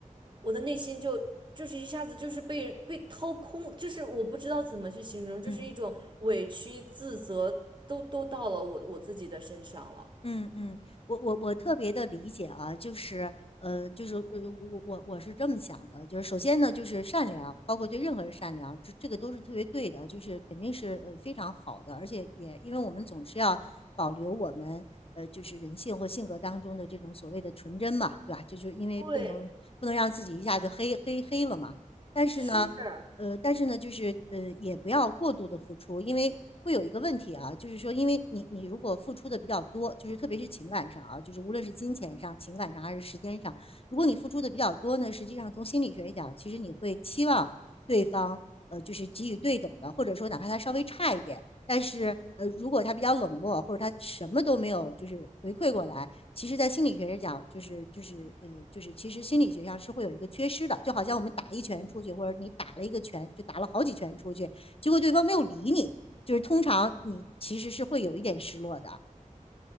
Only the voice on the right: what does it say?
我的内心就就是一下子就是被人被掏空，就是我不知道怎么去形容，就是一种委屈、
自责都都到了我我自己的身上了。
对，
是